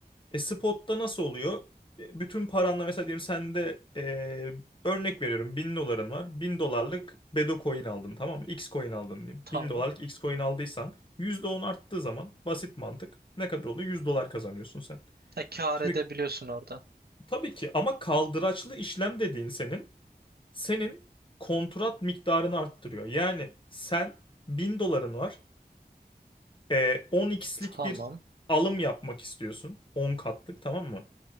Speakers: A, on the left; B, on the right.
A: E, spotta nasıl oluyor? E, Bütün paranla mesela diyelim sende e, örnek veriyorum 1000 doların var. bin dolarlık Bedo coin aldın tamam mı? X coin aldın diyeyim.
B: Tamam.
A: bin dolarlık X coin aldıysan %10 arttığı zaman basit mantık ne kadar oluyor? 100 dolar kazanıyorsun sen.
B: E kâr
A: Şimdi
B: edebiliyorsun oradan.
A: tabii ki ama kaldıraçlı işlem dediğin senin senin kontrat miktarını arttırıyor. Yani sen 1000 doların var. E, 10x'lik
B: Tamam.
A: bir alım yapmak istiyorsun. on katlık tamam mı?